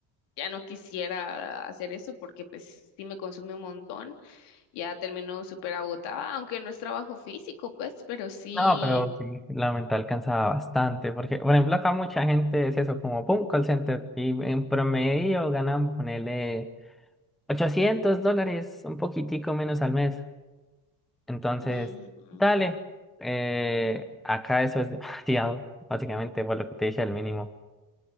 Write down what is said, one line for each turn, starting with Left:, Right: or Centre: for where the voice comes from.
Left: ya no quisiera hacer eso porque pues sí me consume un montón. Ya termino súper agotada, aunque no es trabajo físico, pues, pero sí.
Centre: No, pero sí, la mental cansaba bastante, porque, por ejemplo, acá mucha gente es eso, como, pum, call center, y en promedio ganan, ponele, 800 dólares, un poquitico menos al mes. Entonces,
Left: mm,
Centre: dale, eh, acá eso es demasiado, <laughs> básicamente, por lo que te dije, el mínimo.